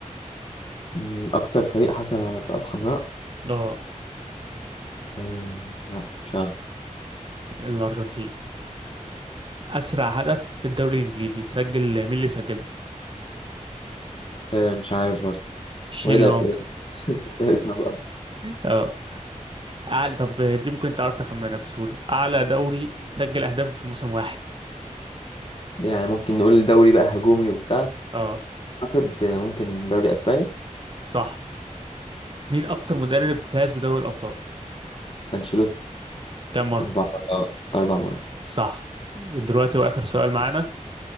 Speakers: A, on the left; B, on the right.
A: مم. أكتر فريق حصل على بطاقات حمراء
B: اه
A: مم. لا مش عارف
B: الارجنتين اسرع هدف في الدوري الانجليزي تسجل مين اللي سجله
A: آه، مش عارف برضه
B: شين
A: وإيه الأسئلة
B: لونج
A: دي؟ <laughs> أسئلة صعبة
B: اه اعلى طب دي ممكن تعرف تخمنها بسهولة اعلى دوري سجل اهداف في موسم واحد
A: يعني ممكن نقول الدوري بقى هجومي وبتاع
B: اه
A: أعتقد آه، ممكن دوري أسباني
B: صح مين اكتر مدرب فاز بدوري الابطال
A: أنشيلوتي
B: كم مرة
A: أربع مرات أربع مرات
B: صح دلوقتي واخر سؤال معانا